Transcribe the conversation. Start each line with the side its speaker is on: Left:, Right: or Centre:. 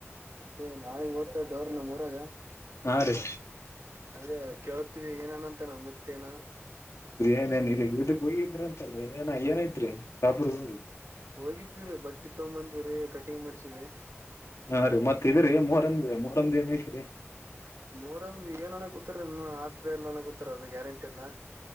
Right: ಅದೇ ನಾಳಿಗ್ ಓತ ಜವ್ರ ನ ಇವಾಗ
Left: ಹಾ ರೀ
Right: ಅದೇ ಕೇೇಳತೀವಿ ಏನೇನಂತ ಮತ್ತ ನಮುತ್ತೇನಾ
Left: ಏನ್ ಇದಕ್ಕೆ ಹೋಗಿದ್ರ ಅಂತಲ್ರಿ ಏನ್ಯನ ಆದ್ರರಿ ಶಾಪರ್ ಹೋಗಿ
Right: ಹೋಗಿದ್ದಿರಿ ಬಟ್ಟಿ ತಗೊಂಬಂದಿವರಿ ಕಟ್ಟ ಟಿಂಗ್ ಮಾಡ್ಸಿದೆ
Left: ಹಾ ರೀ ಮತ್ ಇದರಿ ಮೂಹರಮ್ದ ಮೂಹರಮ್ದ ಏನ ಐತಿರಿ
Right: ಮೂಹರ ಏನನ ಕೂತಾರ ಇನ್ನು ಆದ್ದ ಎಲ್ಲ ಕೂತಾರ ಅದ ಗ್ಯಾರಂಟಿ ಅಟಲ್ಲ